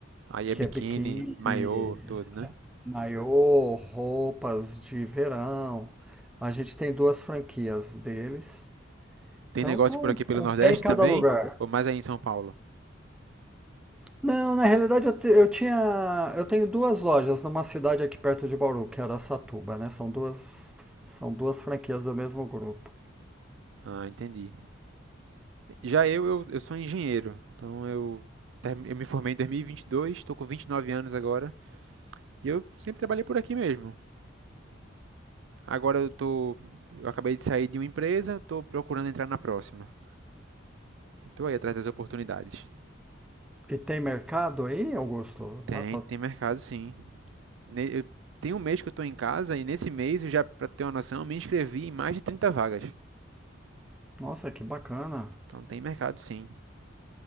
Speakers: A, on the right; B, in the centre.
A: Aí
B: que
A: é biquíni,
B: é biquíni,
A: maiô, tudo, né?
B: maiô, roupas de verão. A gente tem duas franquias deles,
A: Tem
B: então
A: negócio
B: tô
A: por aqui pelo
B: com
A: Nordeste
B: o pé em cada
A: também?
B: lugar.
A: Ou mais aí em São Paulo?
B: Não, na realidade eu, te- eu tinha, eu tenho duas lojas numa cidade aqui perto de Bauru, que era Satuba, né? São duas, são duas franquias do mesmo grupo.
A: Ah, entendi. Já eu, eu, eu sou engenheiro. Então eu, term- eu me formei em 2022, estou com 29 anos agora. E eu sempre trabalhei por aqui mesmo. Agora eu tô, eu acabei de sair de uma empresa, estou procurando entrar na próxima. E tô aí atrás das oportunidades.
B: E tem mercado aí, Augusto?
A: Tem,
B: Dá pra
A: tem mercado sim. Ne- eu- Tem um mês que eu estou em casa e nesse mês eu já, para ter uma noção, eu me inscrevi em mais de 30 vagas.
B: Nossa, que bacana.
A: Então tem mercado sim.